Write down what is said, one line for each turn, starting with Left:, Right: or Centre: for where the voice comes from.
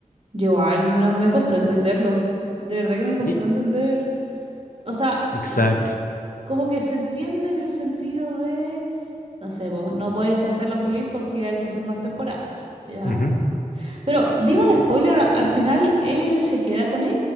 Right: Yo igual no me costó entenderlo. De verdad que me costó
Left: Y-
Right: entender. O sea,
Left: Exacto.
Right: l- como que se entiende en el sentido de... No sé, vos no puedes hacerlo feliz porque hay que hacer más temporadas, ¿ya?
Left: Ujú.
Right: Pero dime un spoiler, a- al final él se queda con ella,